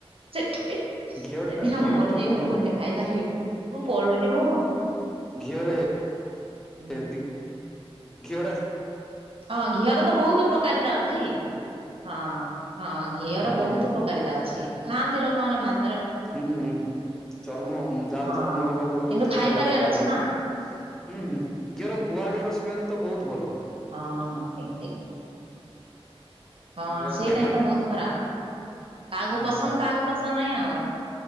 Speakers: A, on the right; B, in the centre.
A: ସେଠ ସେଦିନ
B: ଘିଅ ଟା ଘିଅ
A: ମର
B: ଟା ତ
A: ଯକି
B: ଭଲ
A: ମୁଁ ଏମିତି ଖାଇପାରିବିନି ମୁଁ ପଳଉଛି ମୁଁ।
B: ଘିଅରେ।
A: ହୁଁ।
B: କେଦି ଘିଅଟା
A: ହଁ ଘିଅର ତ ବହୁତ ଉପକାରିତା ଅଛି। ହଁ ହଁ ଘିଅର
B: ଖାଇଲେ
A: ବହୁତ
B: ହେଲ୍
A: ଉପକାରିତା ଅଛି ଖାଆନ୍ତି ଲୋକମାନେ ଭାତ
B: ହୁଁ ଚର୍ମ ଯାହାର
A: ହଁ।
B: ଚର୍ମ ରୋଗ ଫୋଗ
A: କିନ୍ତୁ
B: ହଉଥିବ
A: ଖାଇପାରିବାର
B: ଘିଅ ଖାଇଲେ ଭଲ।
A: ଅଛି ନା
B: ହୁଁ ଘିଅର ଗୁଆ ଘିଅର ସ୍ମେଲ ତ ବହୁତ ଭଲ।
A: ହଁ ହଁ ଠିକ ଠିକ। ହଁ
B: ଗୁଆ
A: ସେଇଟା
B: ଘିଅ
A: ହିଁ ତ ବହୁତ ଖରାପ। କାହାକୁ
B: ହୁଁ
A: ପସନ୍ଦ କାହାକୁ ପସନ୍ଦ ନାଇଁ ଆଉ।